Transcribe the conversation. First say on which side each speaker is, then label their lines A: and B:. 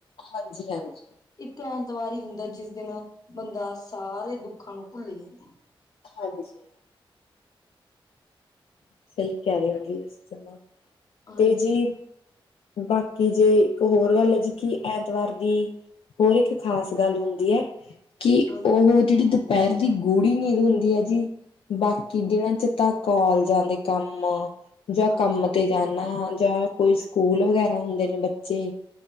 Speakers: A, on the left (about 70°); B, on the left (about 40°).
A: ਹਾਂਜੀ, ਹਾਂਜੀ।
B: ਇੱਕ ਐਂਤਵਾਰ ਈ ਹੁੰਦੈ ਜਿਸ ਦਿਨ ਬੰਦਾ ਸਾਰੇ ਦੁੱਖਾਂ ਨੂੰ ਭੁੱਲ ਜਾਂਦੈ।
A: ਹਾਂਜੀ। ਸਹੀ ਕੈਹ ਰੇ ਔ ਵੈਸੇ ਤੋ ਨੋ,
B: ਹਾਂਜੀ,
A: ਤੇ ਜੀ ਬਾਕੀ ਜੇ ਇੱਕ ਹੋਰ ਗੱਲ ਐ ਜੀ ਕਿ ਐਂਤਵਾਰ ਦੀ ਹੋਰ ਇੱਕ ਖ਼ਾਸ ਗੱਲ ਹੁੰਦੀ ਐ ਕਿ
B: ਹਾਂਜੀ,
A: ਓਹ ਜੇੜੀ ਦੁ ਪੈਰ ਦੀ ਗੂੜੀ ਨੀਂਦ ਹੁੰਦੀ ਐ ਜੀ ਬਾਕੀ ਦਿੰਨਾਂ ਚ ਤਾਂ ਕੋਲਜਾਂ ਦੇ ਕੰਮ ਯਾ
B: ਹਾਂਜੀ
A: ਕੰਮ
B: ਬਿਲਕੁਲ,
A: ਤੇ ਜਾਂਣੈ ਜਾਂ ਕੋਈ ਸਕੂਲ ਵਗੈਰਾ ਹੁੰਦੇ ਨੇ ਬੱਚੇ।